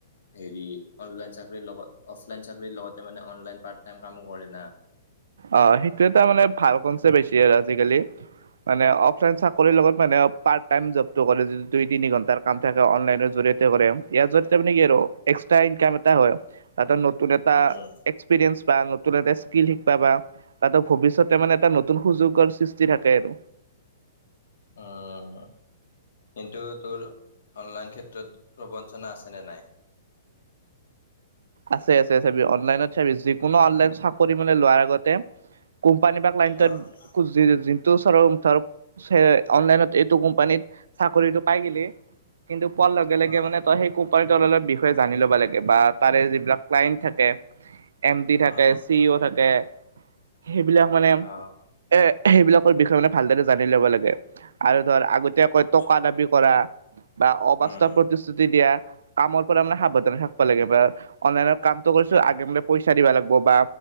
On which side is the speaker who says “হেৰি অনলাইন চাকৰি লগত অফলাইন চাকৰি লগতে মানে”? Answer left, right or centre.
Left